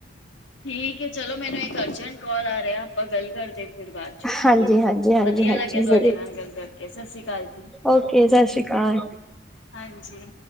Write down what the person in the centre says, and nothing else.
ਹਾਂਜੀ
ਹਾਂਜੀ ਹਾਂਜੀ
ਹਾਂਜੀ
ਜ਼ਰੂਰ।
ਓਕੇ ਸਤਿ ਸ਼੍ਰੀ ਅਕਾਲ